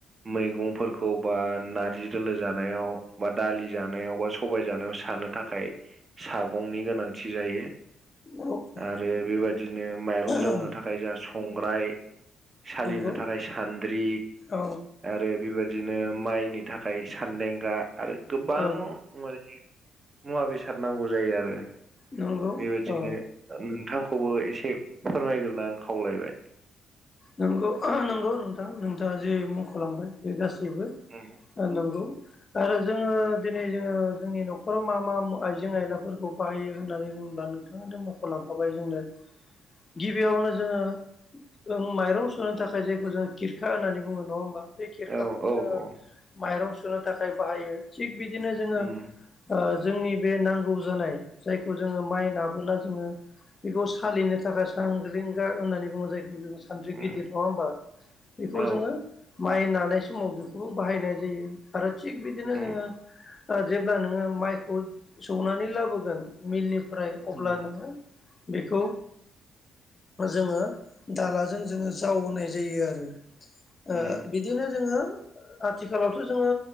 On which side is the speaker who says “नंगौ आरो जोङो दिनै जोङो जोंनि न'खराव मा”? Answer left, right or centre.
Left